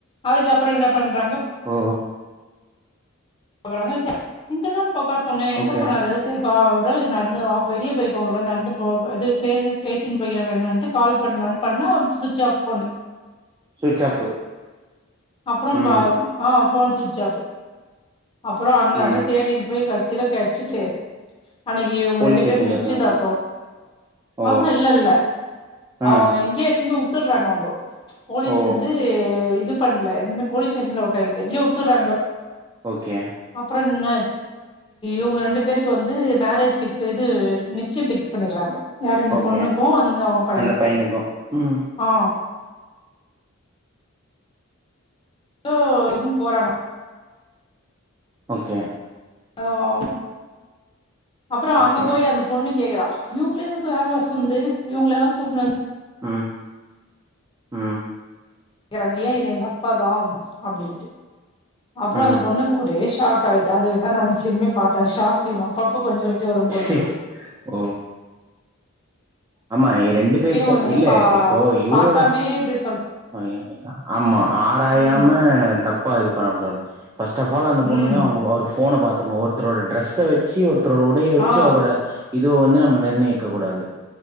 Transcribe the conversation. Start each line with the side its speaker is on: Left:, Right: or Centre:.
Left: அதுக்கப்புறம் என்ன பண்றாங்க.
Right: ஓ
Left: பாறாங்க இங்கதான உக்கார சொன்னேன் எங்க
Right: ஓகே
Left: போனாரு சேக்கா. ஒரு வேல நடந்து வெளியே போயிருக்காங்களோ நடந்து போ அது பே. பேசினு போயிருக்கிறாங்க என்னன்ட்டு கால் பண்ணலான்னு பண்ணா சுட்ச் ஆஃப் போன்னு.
Right: சுவிட்ச் ஆஃப்
Left: அப்புறம்
Right: ம்
Left: பா ஆ. Phone சுட்ச் off. அப்புறம் அங்கங்க
Right: ம்
Left: தேடின்னு போய் கடைச். கடைசில கடச்சுட்டு. அன்னைக்கு இவங்க
Right: போலீஸ்
Left: ரெண்டு
Right: ஸ்டேஷன்ல
Left: பேருக்கு நிச்சயதார்த்தோம்.
Right: இருக்கா ஓ
Left: ஆஹா இல்ல இல்ல
Right: ஆ
Left: அவ எங்கயே எடுத்துன்னு போயி. விட்டுறாங்க அவங்கோ. ம்ச் போலீஸ்
Right: ஓ
Left: வந்து இதுக்கு. இது பண்ணல போலஸ்ஸேஷல உ ஞ விட்டுறாங்க
Right: ஓகே
Left: அப்புறம் இன இங்க ரெண்டு பேருக்கு வந்து மேரேஜ் பிக்ஸ் நிச்சயம் பிக்ஸ் பண்ணடுறாங்க யார இந்த
Right: ஓகே
Left: பொண்ணுக்கும் அந்த அவங்க பையனுக்கும்
Right: அந்த பையனுக்கு ம்
Left: ஆ <unintelligible> போராட
Right: ஓகே
Left: ஆ ஓ அப்புறோ அங்க
Right: ஓகே
Left: போய் அந்த பொண்ணு கேக்குறா இவுங்கள எதுக்கு <unintelligible> சொந்து இவங்கள யாரு கூப்னு
Right: ஆ ஆ
Left: க்கறாங்க ஏ இது எங்க அப்பாதா அப்டின்ட்டு அப்புறோ
Right: ம்
Left: அந்த பொண்ணுக்கு ஒடேஷ் பாப்பே அது இதா நானு ஃபிலிமே பாத்தே ஷார்ட்ஃபிலிமா பாப்ப கொஞ்ச கொஞ்சோ வரும்பொழுது
Right: சி
Left: இது
Right: ஓ ஆமா ரெண்டு பேர்
Left: ஒண்ணு
Right: இல்ல
Left: பா
Right: இப்போ இவரோட
Left: பாக்காமே இப்டி சொல்
Right: அ ஆமா ஆராயாம
Left: ம்
Right: தப் இப்பா இது பண்ணக்கூடாது ஃபஸ்ட் அஃப் ஆல் அந்த பொண்ணுங்க
Left: ம்
Right: அவங்க அவரு போன பாத்துக்கணு ஒருத்தரோட ட்ரெஸ வச்சு ஒரு ரோட உடைய வச்சு
Left: ஆ
Right: அவரோட இது வந்து நம்ம நிர்ணயிக்க கூடாது